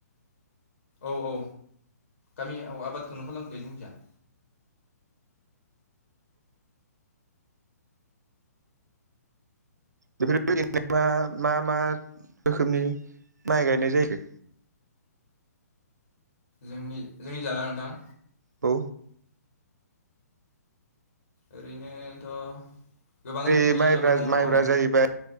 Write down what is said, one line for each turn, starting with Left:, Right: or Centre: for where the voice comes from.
Left: औ औ गामियाव आबादखौनो खालामखो जों जहा।
Right: बेफोरबायनो मा मा मा रोखोमनि माइ गायनाय जायो?
Left: जोंनि जोंनि जाला नोंथां?
Right: औ
Left: ओरैनोथ' गोबां
Right: जेरै
Left: रोखोमनि
Right: मायब्रा
Left: आबाद माव
Right: माइब्रा
Left: माबा
Right: जाहैबा